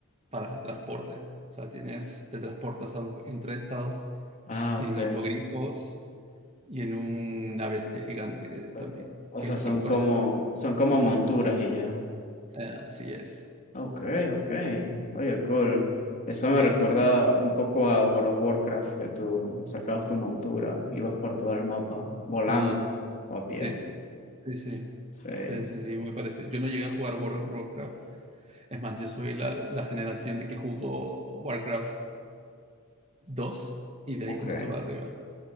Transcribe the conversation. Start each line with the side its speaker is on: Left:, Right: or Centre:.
Right: para transporte. O sea, tienes, te transportas a un- entre estados
Left: Ah,
Right: en
Left: ok.
Right: hipogrifos y en una bestia gigante que
Left: O
Right: también, que,
Left: o sea, son
Right: que pones.
Left: como, son como monturas y ya.
Right: Ah, Así es.
Left: Okay, okay, Oye, cool. Eso me
Right: Sí,
Left: recuerda
Right: está con...
Left: un poco a World of Warcraft, que tú sacabas tu montura, ibas por todo el mapa volando
Right: Ah,
Left: o a pie.
Right: sí, sí, sí.
Left: Sí,
Right: Sí, sí, sí, muy parecido. Yo no llegué a jugar World of Warcraft. Es más, yo soy la, la generación de que jugó Warcraft 2 y de
Left: Okay,
Right: ahí comenzó para arriba.